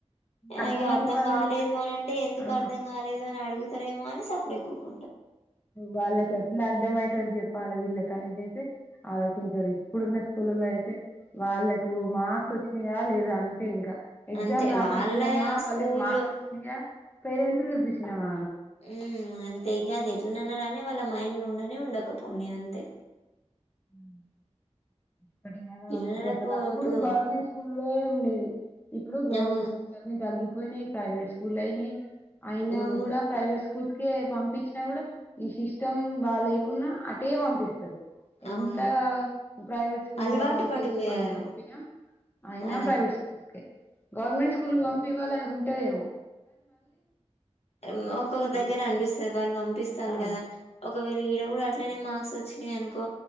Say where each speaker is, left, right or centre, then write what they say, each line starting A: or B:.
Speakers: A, on the left; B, on the left.
A: అర్థం
B: ఇగ
A: కాని
B: అర్ధం
A: వాళ్ళకు
B: కాలేదు
A: సరే
B: అనంటే ఎందుకు
A: ఆ
B: అర్ధం కాలేదు అని అడుగుతరేమో అని సప్ బ్రేక్ కు
A: వాళ్ళకి ఎట్లా అర్థమయ్యేటట్టు చెప్పాలి. వీళ్ళకి అనేది అయితే ఆలోచించరు ఇప్పుడున్న స్కూల్లల్లో అయితే వాళ్ళలకు మార్క్స్ వచ్చినాయా లేదా అంతే ఇంక ఎగ్జామ్
B: అంతే
A: రాపిచ్చినమా
B: వాళ్ళ
A: వాళ్ళకి
B: స్కూల్
A: మార్క్స్ ఒచ్చినాయా పేరెంట్స్ కు చూపిచ్చినవా
B: ఉమ్ అంతే ఇది గాదు ఎట్లనన్న రానీ వాళ్ళ మైండ్లున్న ఉండపొ కొన్ని అంతే
A: మ్ కొన్ని నెలల
B: పిల్లలకు
A: ఉంటే అసలు అప్పుడు
B: ఇప్పుడు
A: గవర్నమెంట్ స్కూల్. లే ఉండేది ఇప్పుడు గవర్నమెంట్
B: అవును
A: స్కూల్స్ అన్ని తగ్గి పొయినై ప్రైవేట్ స్కూల్ అయినై అయినా
B: ఉమ్,
A: గూడా ప్రైవేట్ స్ స్కూస్కె పంపిచ్చి నా గూడా ఈ సిస్టమ్ బా లేకున్నా అట్ టే పంపిస్తరు ఎంత
B: అవును
A: ప్రైవేట్ స్కూల్
B: అలవాటు
A: బాగుండదు
B: పడిపోయారు
A: అని చెప్పినా అయినా
B: ఆ
A: ప్రైవేట్ స్కూల్ కే గవర్నమెంట్ స్కూల్ కు పంపివ్వాల ట్టే మో
B: ఉమ్ ఒక్కొక్క దగ్గర అపిస్తు వాళ్ళు పంపిస్తాళ్ళు
A: ఆ
B: గదా ఒకవేళ ఈడ కూడా అట్లనే మార్క్స్ వచ్చినయి అనుకో